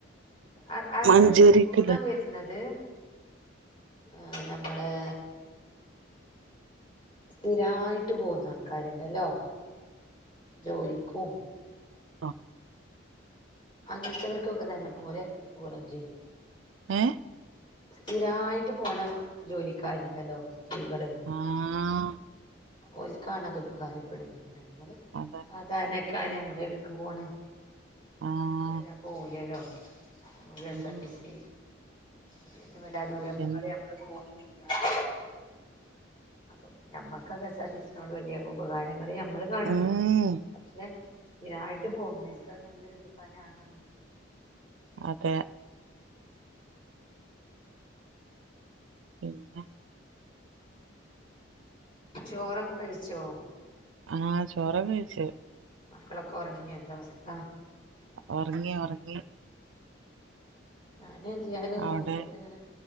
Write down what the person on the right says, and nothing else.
മഞ്ചേരിക്ക്ല്ലേ
അ
ഏ
ആഹ്
അതന്നെ
ആഹ്
ഉം
എന്ന്
ഉം
അതെ പിന്നേ
ആഹ് ചോറൊക്കെ കഴിച്ച്
ഉറങ്ങി ഉറങ്ങി
അവിടെ